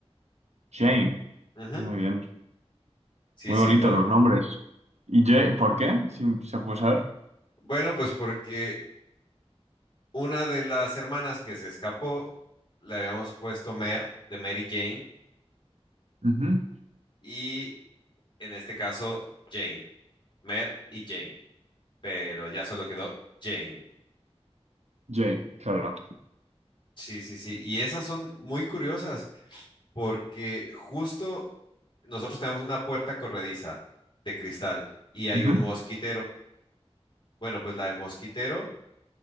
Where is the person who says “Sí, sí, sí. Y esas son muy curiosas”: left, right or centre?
Left